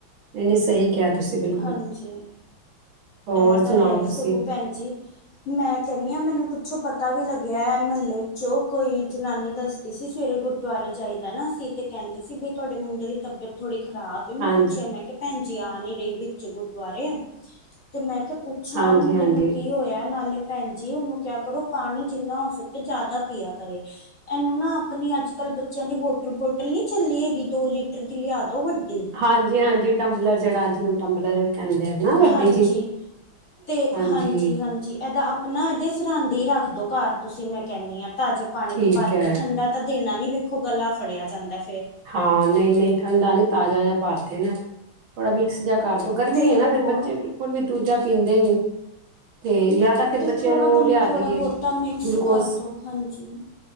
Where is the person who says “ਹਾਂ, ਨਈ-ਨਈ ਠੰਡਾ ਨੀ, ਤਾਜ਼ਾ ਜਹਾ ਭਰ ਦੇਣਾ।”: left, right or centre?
Right